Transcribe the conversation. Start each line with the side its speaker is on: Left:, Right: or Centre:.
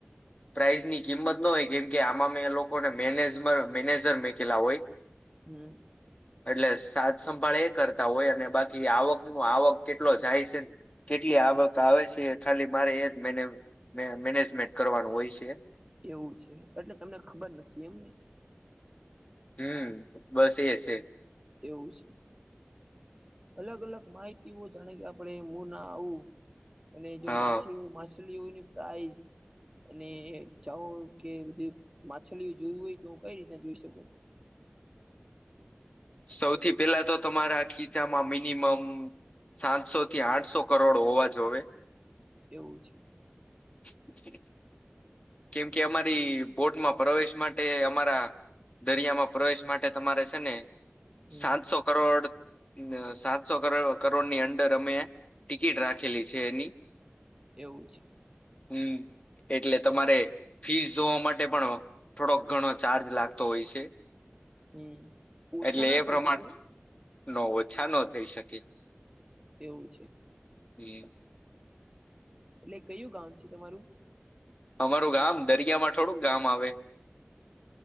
Left: પ્રાાઈઝ ની કિંમત ન હોય કેમ કે આમાં મે એ લોકોને મેનેજ મેનેજર મેકેલા હોય <inaudible>
Right: હમ
Left: <inaudible> એટલે સાજ સંંભાળ એ કરતા હોય અને બાકી આવક ન આવક કેટલો જાય છે ને કેટલી
Right: હમ
Left: આવક આવે છે ખાલી મારે એ જ મે મેનેજમેન્ટ કરવાનું હોય છે‌.
Right: એવું છે એટલે તમને ખબર નથી એમને
Left: હમ બસ એ જ છે
Right: એવું છે. અલગ અલગ માહિતીઓ જાણે કે આપડણે મુું ના આવું અને જો
Left: હા
Right: માછલી માછલીઓની પ્રાઈસ અને જાવો કે બધી માછલીઓ જોવી હોય તો કઈ રીતના જોઈ શકું
Left: સૌથી પેલા તો તમારા ખીચામાં મિનિમમ સાતસો થી આઠસો કરોડ હોવા જોવે.
Right: એવું છે.
Left: હ. કેમ કે અમારી બોટમાં પ્રવેશ માટે અમારા દરિયામાં પ્રવેશ માટે તમારે છે ને
Right: હમ
Left: સાતસો કરોડ સાતસો કર કરોડની અંદર અમે ટિકિટ રાખેલી છે એની
Right: એવું છે.
Left: હમ એટલે. તમારે ફીસ જોવા માટે પણ થોડોક ઘણો ચાર્જ લાગતો હોય છે.
Right: હમ ઓછા
Left: એટલે
Right: ના
Left: એ પ્રમાણે
Right: થઈ શકે
Left: ન ઓછા ન થઈ શકે.
Right: એવું છે.
Left: હમ.
Right: ને કયું ગામ છે તમારું.
Left: અમારું ગામ દરિયા માં થોડુંક ગામ આવે.